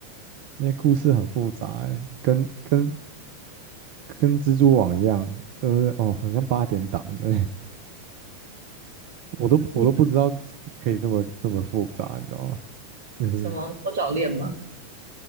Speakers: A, on the right; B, on the right.
A: 那些故事很复杂欸，跟跟跟蜘蛛网一样，就是哦，很像八点档的，<laughs> 我都我都不知道可以那么那么复杂，
B: 你
A: 你知道吗？就是
B: 什么多角恋吗？